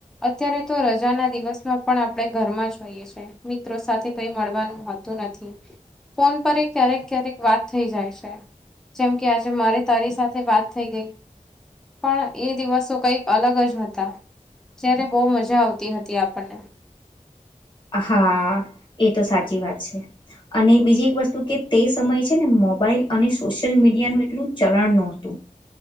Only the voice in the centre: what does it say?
અત્યારે તો રજા ના દિવસમાં પણ આપળે ઘરમાં હોઈએ છે, મિત્રો સાથે કઈ મળવાનું હતું નથી ફોન પર એ ક્યારેક-ક્યારેક વાત થઈ જાય છે જેમ કે આજે મારે તારી સાથે વાત થેય ગય. પણ એ દિવસો કઈક અલગ જ હ તા જ્યારે બો મજા આવતી હતી આપણને.